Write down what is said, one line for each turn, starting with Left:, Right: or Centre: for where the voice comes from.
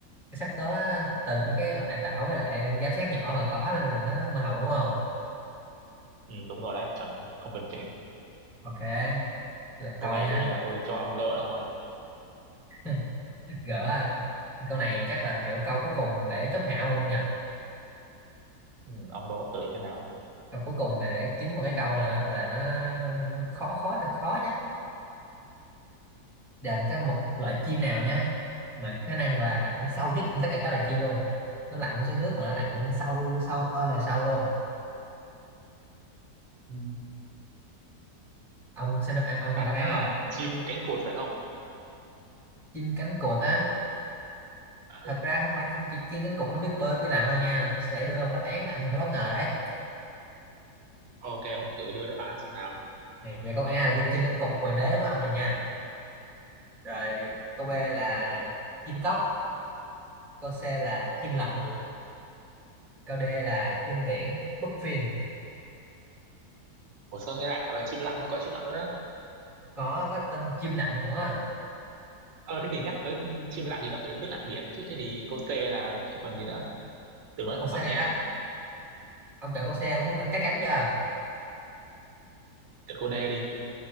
Centre: cái sắc tố đó từ mấy cái loại tảo với lại giáp sát nhỏ mà có nên là nó màu hồng đúng không
Right: Ừ, đúng rồi đấy, chuẩn, không cần chỉnh.
Centre: ok lượt tôi
Right: Câu này
Centre: nha
Right: coi như là tôi cho ông gỡ thôi.
Centre: <laughs> gỡ à. câu này chắc là kiểu câu cuối cùng để chốt hạ ông luôn nhỉ
Right: Ừ, ông đố từ thế nào?
Centre: câu cuối cùng này để kiếm một cái câu này nó gọi là nó, nó khó khó thật khó nhá là một cái một loại chim nào nhá mà khả năng là lặn sâu nhất trong tất cả các loài chim luôn nó lặn xuống nước mà nó lặn sâu sâu ơi là sâu luôn
Right: Ừ.
Centre: ông xem đáp án ông còn
Right: À,
Centre: đáp án
Right: à,
Centre: không
Right: chim cánh cụt phải không?
Centre: chim cánh cụt á thật
Right: Ừ.
Centre: ra không phải chim chim, chim cánh cụt nó biết bơi biết lặn đâu nha tôi sẽ đưa ông đáp án là ông phải bất ngờ đấy
Right: Ok, ông thử đưa đáp án xem nào.
Centre: này về câu A là chim cánh cụt hoàng đế của ông rồi nha rồi câu B là chim cốc câu C là chim lặn
Right: Ừ.
Centre: câu D là chim biển bluefin
Right: Ủa sao nghe lạ vậy? Chim lặn nó có chim lặn luôn á.
Centre: có có tên chim lặn nữa
Right: Ờ, thế thì nhắc tới chim lặn thì nó phải biết lặn biển chứ. Thế thì cô T là chứ còn gì nữa. Tưởng nói
Centre: câu
Right: không
Centre: C
Right: phải
Centre: á,
Right: nha.
Centre: ông chọn câu C ông, muốn- ông chắc chắn chưa
Right: Tưởng cô D đi.